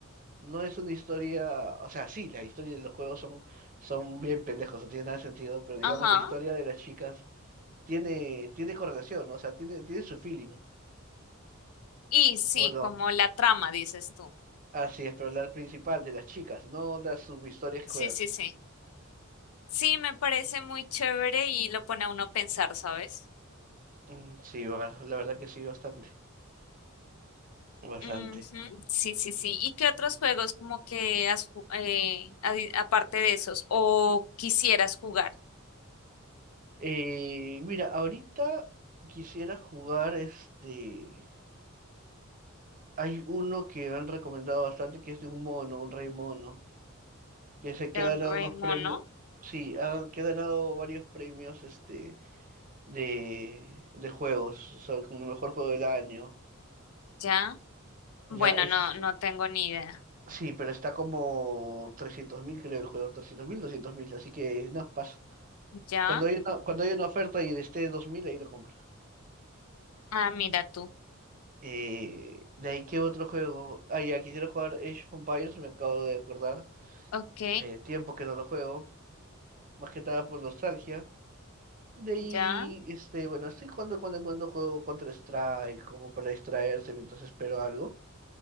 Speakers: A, on the right (about 40°); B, on the left (about 80°).
A: no es una historia, o sea, sí, las historias de los juegos son, son bien pendejos, no tiene nada de sentido, pero digamos
B: Ajá.
A: la historia de las chicas tiene, tiene correlación, ¿no? O sea, tiene, tiene su feeling,
B: Y sí,
A: ¿o no?
B: como la trama, dices tú.
A: Así es, pero la principal de las chicas, no las subhistorias
B: Sí,
A: que juegan.
B: sí, sí. Sí, me parece muy chévere y lo pone a uno a pensar, ¿sabes?
A: Mm, Sí, va, la verdad que sí, bastante. Bastante.
B: Ujú, Sí, sí, sí. ¿Y qué otros juegos como que has, ju- eh, adi- aparte de esos o quisieras jugar?
A: Eh, mira, ahorita quisiera jugar este. Hay uno que me han recomendado bastante que es de un mono, un rey mono, que es el que
B: Don
A: ha ganado
B: Remo,
A: unos premios.
B: ¿no?
A: Sí, ha- que ha ganado varios premios este de, de juegos, o sea, como mejor juego del año.
B: Ya.
A: Ya,
B: Bueno,
A: es,
B: no, no tengo ni idea.
A: sí, pero está como trescientos mil, creo, el juego, trescientos mil, doscientos mil, así que no, paso.
B: Ya.
A: Cuando hay una, cuando hay una oferta y esté dos mil, ahí lo compro.
B: Ah, mira tú.
A: Eh, de ahí, ¿qué otro juego? Ah, ya, quisiera jugar Age of Empires, me acabo de acordar.
B: Ok,
A: Eh, tiempo que no lo juego, más que nada por nostalgia. De ahí,
B: ya,
A: este, bueno, estoy jugando cuando en cuando juego Counter-Strike, como para distraerse mientras espero algo.